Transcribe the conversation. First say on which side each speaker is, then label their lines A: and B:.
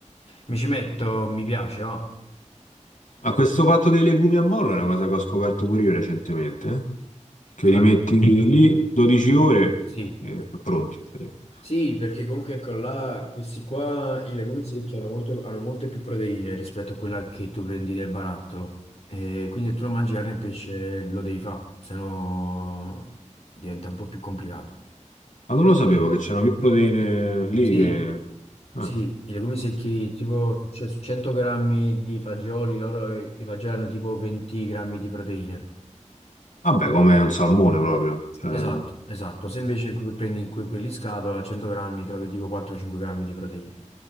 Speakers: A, on the left; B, on the left.
A: Mi ci metto, mi piace, va.
B: Ma questo fatto dei legumi a mollo è una cosa che ho scoperto pure io recentemente, eh. Che
A: Guarda,
B: li metti Sì. lì 12 ore
A: sì.
B: e sono pronti. praticamente.
A: Sì, perché comunque ecco là, questi qua, i legumi secchi hanno, molto- hanno molte più proteine rispetto a quella che tu prendi del barattolo. E quindi se tu non mangi carne e pesce lo devi fare, sennò diventa un po' più complicato.
B: Ma non lo sapevo che c'erano più proteine lì
A: Sì,
B: che... eh.
A: sì, i legumi secchi, tipo su ce- su 100 grammi di fagioli, loro, eh, i fagioli hanno tipo 20 grammi di proteine.
B: Vabbè, come un salmone proprio. cioè.
A: Esatto, esatto. Se invece que- prendi que- quelli in scatola, a 100 grammi trovi tipo 4-5 grammi di proteine,